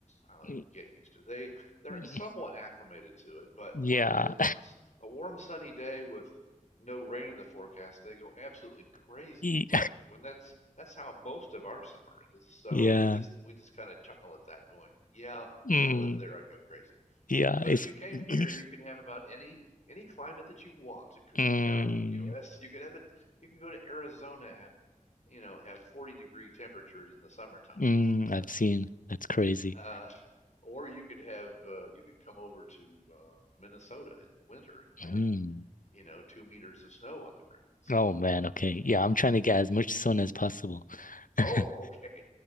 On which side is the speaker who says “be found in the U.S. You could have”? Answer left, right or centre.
Left